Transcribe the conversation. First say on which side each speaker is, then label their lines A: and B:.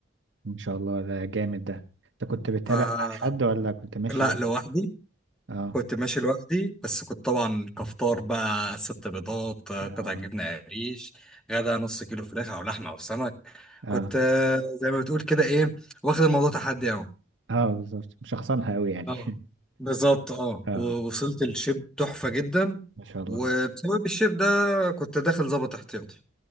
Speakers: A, on the right (about 80°); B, in the centre.
A: ان شاء الله ده جامد ده انت كنت بتتابع
B: ف
A: مع حد ولا كنت ماشي
B: لا
A: لوحدك
B: لوحدي
A: اه
B: كنت ماشي لوحدي بس كنت طبعا كفطار بقى ست بيضات قطع
A: اه
B: جبنة قريش غدا نص كيلو فراخ أو لحمة أو سمك
A: اه
B: كنت آه، زي ما بتقول كده إيه واخد الموضوع تحدي أهو
A: اه بالظبط مشخصنها قوي يعني
B: اه
A: <laughs>
B: بالظبط اه
A: اه
B: ووصلت الشيب تحفة جدا
A: ما شاء الله
B: وبسبب الشيب ده كنت داخل ظابط احتياطي